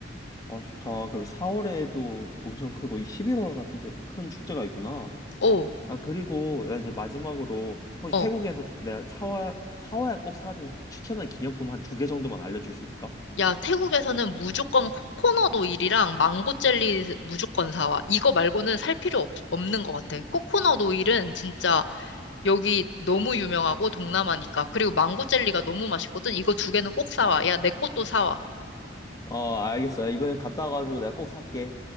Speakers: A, on the left; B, on the left.
A: 아, 좋다. 그럼 4월에도 엄청 크고, 이 11월 같은 데도 큰 축제가 있구나.
B: 오.
A: 아, 그리고 나 이제 마지막으로, 혹시
B: 어.
A: 태국에서 내가 사와, 사와야 꼭 사야 되는 추천한 기념품 한 두 개 정도만 알려줄 수 있을까?
B: 야, 태국에서는 무조건 코코넛 오일이랑 망고 젤리 무조건 사와. 이거 말고는 살 필요 없, 없는 것 같아. 코코넛 오일은 진짜 여기 너무 유명하고 동남아니까. 그리고 망고 젤리가 너무 맛있거든. 이거 두 개는 꼭 사와. 야, 내 것도 사와.
A: 어, 알겠어. 야, 이번에 갔다 와가지고 내가 꼭 살게.